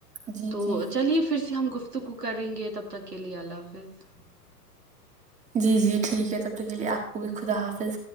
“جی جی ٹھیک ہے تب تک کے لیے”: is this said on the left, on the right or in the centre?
Right